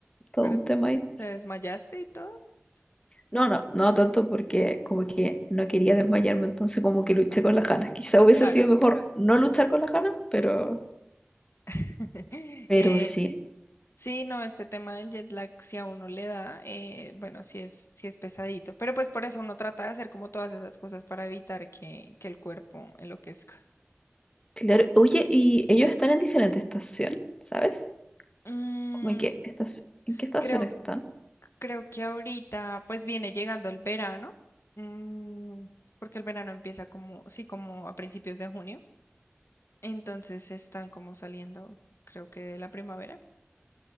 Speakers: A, on the left; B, on the left.
A: todo
B: Pero
A: un tema ahí.
B: te desmayaste y todo.
A: No, no, no tanto porque como que no quería desmayarme, entonces como que luché
B: Ah,
A: con las ganas. Quizá
B: ah,
A: hubiese
B: claro.
A: sido mejor no luchar con las ganas, pero,
B: <laughs> Eh,
A: pero sí.
B: sí, no, este tema del jet lag, si a uno le da, eh, bueno, si es, si es pesadito. Pero pues por eso uno trata de hacer como todas esas cosas para evitar que, que el cuerpo enloquezca.
A: Claro, oye, y ellos están en diferente estación, ¿sabes?
B: Mm,
A: Como en qué estación, ¿en qué estación
B: creo,
A: están?
B: creo que ahorita pues viene llegando el verano, mm, porque el verano empieza como, sí, como a principios de junio, entonces están como saliendo, creo que de la primavera.